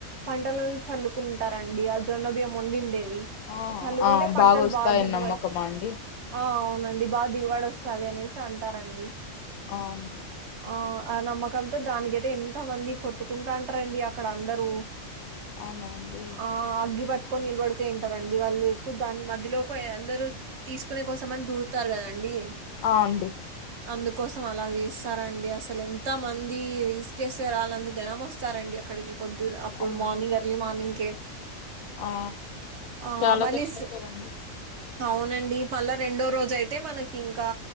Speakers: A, on the right; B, on the left.
A: పంటలు చల్లు కుంటరండి ఆ జొన్న బియ్యం వండిండేవి
B: ఆ
A: చల్లుకుంటే
B: ఆ
A: పంటలు
B: బాగా వస్తాయని
A: బా దిగుబడి
B: నమ్మకమా అండి
A: ఆ అవునండి బా దిగుబడి వస్తాది అనేసి అంటారండి
B: ఆ అండి
A: ఆ ఆ నమ్మకంతో దానికైతే ఎంత మంది కొట్టుకుంటాంటారండి అక్కడ అందరూ
B: అవునా అండి
A: ఆ అగ్గి పట్టుకొని నిలబడికోయింటారండి వాళ్ళు ఎక్కువ దాని మధ్యలోకోయ్ అందరు తీసుకోనే కోసం అని దూరుతార్ కదండి
B: అ అండి
A: అందుకోసం అలాగ చేస్తారండి అసలు ఎంత మంది ఇసుకేస్తే రాళ్ళంత జనం వస్ చ్చారండి అక్కడికి పొద్దున అప్పుడు
B: అమ్
A: మార్నింగ్ ఎర్లీ మార్నింగ్కే
B: ఆ
A: ఆ
B: చాలా
A: మళ్ళీ
B: కష్టం
A: స్-
B: కదండి
A: అవునండి మళ్ళా రెండో రోజయితే మనకింకా